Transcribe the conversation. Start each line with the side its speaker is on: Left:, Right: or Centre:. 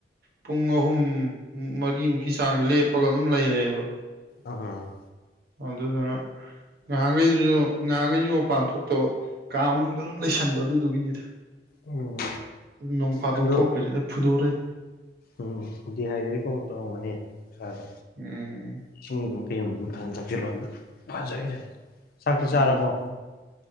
Right: ꯄꯨꯡ ꯑꯍꯨꯝ ꯃꯔꯤꯃꯨꯛꯀꯤ ꯆꯥꯡ ꯂꯦꯞꯄꯒ ꯑꯗꯨꯝ ꯂꯩꯔꯦꯕ꯫
Left: ꯑꯪꯑꯥ
Right: ꯑꯗꯨꯗꯨꯅ ꯉꯍꯥꯟꯒꯩꯖꯨ ꯉꯍꯥꯟꯒꯩꯖꯨ ꯃꯄꯥꯟ ꯊꯣꯛꯇꯕ ꯀꯥ ꯃꯅꯨꯡꯗ ꯑꯗꯨꯝ ꯂꯩꯁꯟꯕ ꯑꯗꯨꯗꯨꯒꯤꯅꯤꯗ
Left: ꯎꯝ
Right: ꯅꯣꯡ ꯐꯥꯗꯣꯛ
Left: ꯅꯪꯗꯣ
Right: ꯊꯣꯛꯄꯖꯤꯅ ꯐꯨꯗꯣꯔꯩ
Left: ꯎꯝ ꯗꯤ ꯍꯥꯏꯗ꯭ꯔꯦꯠꯀꯨꯝꯕ ꯇꯧꯔꯝꯒꯅꯤ ꯁꯥꯗꯣ
Right: ꯎꯝ
Left: ꯏꯁꯤꯡꯒꯨꯝꯕ ꯀꯩꯒꯨꯝꯕ ꯐꯖꯅ ꯊꯛꯆꯤꯜꯂꯣ ꯑꯗꯨꯗ ꯐꯖꯒꯤꯖꯅꯤ ꯆꯥꯛꯇꯤ
Right: ꯎꯝ
Left: ꯆꯥꯔꯕꯣ